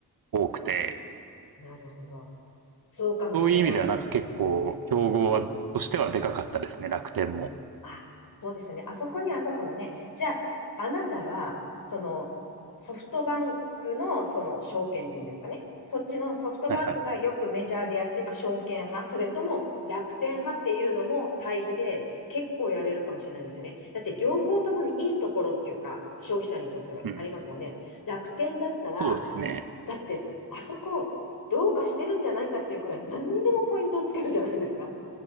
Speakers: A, on the right; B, on the left.
A: 多くて、
B: なるほど。そうかもしれない。
A: そういう意味ではなんか結構、競合はとしてはでかかったですね、
B: うん
A: 楽天も。
B: あ、そうですよね。あそこにあそこのね。じゃあ、あなたは、その、ソフトバンクの、その、証券っていうんですかね。そっちのソフトバンクがよくメジャーでやってる証券派、
A: はいはい。
B: それとも楽天派っていうのも対比で結構やれるかもしれないですよね。だって両方ともにいいところっていうか、消費者にとってはありますもんね。
A: うん。
B: 楽天だったら、
A: そうですね。
B: だってあそこどうかしてるんじゃないかっていうくらい何にでもポイントをつけるじゃないですか。